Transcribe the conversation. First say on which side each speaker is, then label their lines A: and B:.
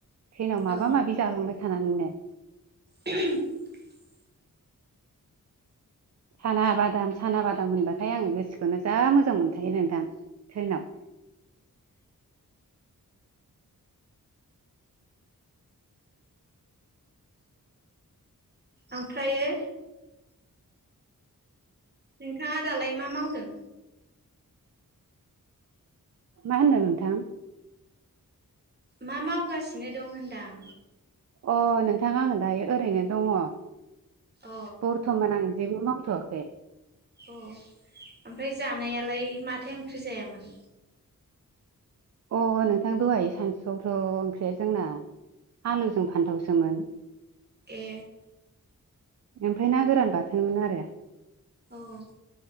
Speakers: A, on the right; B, on the right.
A: ट्रेनाव माबा
B: औ
A: माबि जालांबाय थानानैनो
B: <unintelligible>
A: साना बादाम साना बादाम होनबाथाय आङो गोसोखौनो जा मोजां मोनखायो नोंथां ट्रेनाव
B: ओमफ्रायो नोंथाङा दालाय मा मावदों?
A: मा होनदो नोंथां?
B: मा मावगासिनो दं होनदां
A: ओ नोंथां आङो दायो ओरैनो दङ
B: अ
A: बरथमान आं जेबो मावथ'वाखै
B: ओ ओमफ्राय जानायालाय माथो ओंख्रि जायामोन?
A: ओ नोंथां दहाय सानसुआवथ' ओंख्रिया जोंना आलुजों फानथावसोमोन
B: ए
A: ओमफाय ना गोरान बाथोनमोन आरो
B: औ